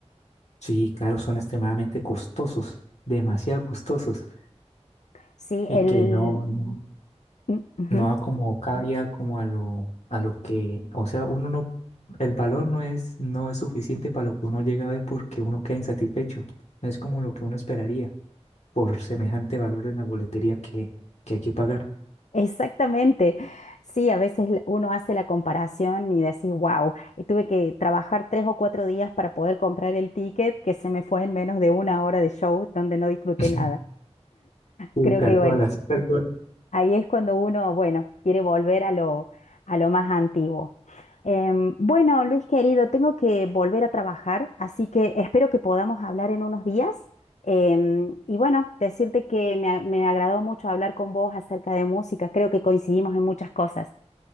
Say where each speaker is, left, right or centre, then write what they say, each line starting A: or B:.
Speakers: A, on the left; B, on the left.
A: Sí, claro, son extremadamente costosos, demasiado costosos
B: Sí,
A: y
B: el,
A: que no, no-
B: Mm, ujú.
A: no a como cabía como a lo, a lo que, o sea, uno no, el valor no es, no es suficiente para lo que uno llega a ver porque uno queda insatisfecho. No es como lo que uno esperaría por semejante valor en la boletería que, que hay que pagar.
B: Exactamente. Sí, a veces la- uno hace la comparación y decís, wow, tuve que trabajar tres o cuatro días para poder comprar el ticket que se me fue en menos de una hora de show donde no disfruté
A: <laughs>
B: nada.
A: Sí,
B: Creo
A: tal
B: que, bueno,
A: cual, así tal cual.
B: Ahí es cuando uno, bueno, quiere volver a lo, a lo más antiguo. Em, bueno, Luis querido, tengo que volver a trabajar, así que espero que podamos hablar en unos días. Em, y bueno, decirte que me, a- me agradó mucho hablar con vos acerca de música. Creo que coincidimos en muchas cosas.